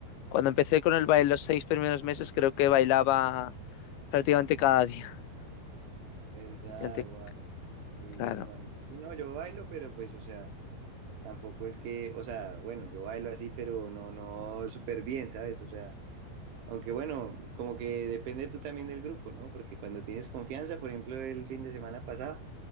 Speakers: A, on the left (about 80°); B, on the right (about 85°).
A: Cuando empecé con el baile los seis primeros meses creo que bailaba prácticamente cada día.
B: ¿Verdad?
A: <laughs> Prácticamente-
B: Wow, sí,
A: Claro.
B: yo me imagino. Sí, no, yo bailo, pero pues, o sea, tampoco es que, o sea, bueno, yo bailo así, pero no, no súper bien, ¿sabes? O sea, Aunque bueno, como que depende tú también del grupo, ¿no? Porque cuando tienes confianza, por ejemplo, el fin de semana pasado,